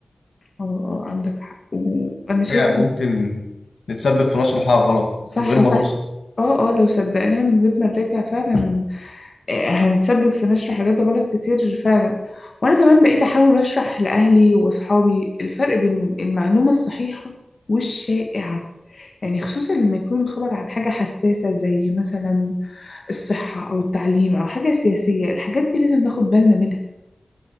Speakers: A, on the left (about 60°); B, on the left (about 85°).
A: اه اه عندك حق وأنا شايفة
B: حاجة ممكن نتسبب في نشر حاجة غلط
A: صح
B: من غير ما
A: صح
B: نقصد
A: اه اه لو صدقناها من غير ما نراجع فعلا هنتسبب في نشر حاجات غلط كتير فعلا وانا كمان بقيت احاول اشرح لاهلي واصحابي الفرق بين المعلومة الصحيحة والشائعة يعني خصوصا لما يكون الخبر عن حاجة حساسة زي مثلا الصحة او التعليم او حاجة سياسية الحاجات دي لازم ناخد بالنا منها